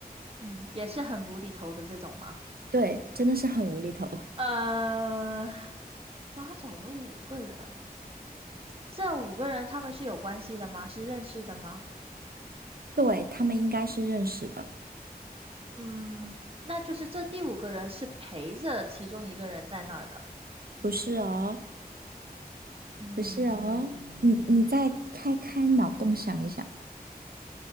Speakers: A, on the right; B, on the right.
A: 嗯，也是很无厘头的这种吗？
B: 对，真的是很无厘头。
A: 呃，抓走了五个人，这五个人他们是有关系的吗？是认识的吗？
B: 对，他们应该是认识的，
A: 嗯，那就是这第五个人是陪着其中一个人在那儿的。
B: 不是哦，
A: 嗯，
B: 不是哦，你你再开开脑洞想一想，